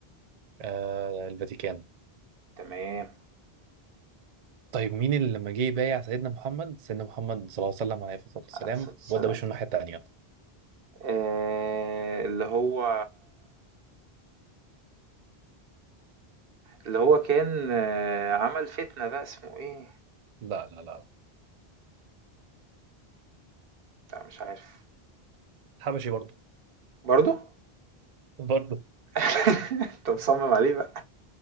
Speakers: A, on the right; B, on the right.
A: آه الفاتيكان
B: تمام
A: طيب مين اللي لما جه يبايع سيدنا محمد سيدنا محمد صلى الله عليه وسلم عليه الصلاة والسلام
B: عليه الصلاة والسلام
A: وده وشه الناحية التانية
B: آه، اللي هو اللي هو كان آه، عمل فتنة ده اسمه ايه؟
A: لا لا لا
B: لا مش عارف
A: حبشي برضه
B: برضو؟
A: برضه
B: <laughs> انت مصمم عليه بقى